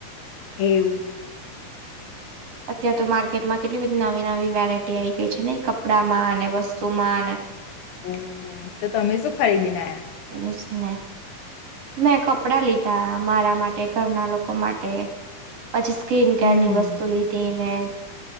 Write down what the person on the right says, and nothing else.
અત્યારેાર તો માર્કેટમાં કેટલી બધી નવી નવી વેરાયટી આવી ગઈ છે ને કપડામાં અને વસ્તુમાં અને
એ જ ને. મેં કપડાં લીધા મારા માટે ઘરના લોકો માટે પછી સ્ક્રીન
કેની વસ્તુ લીધી ને પન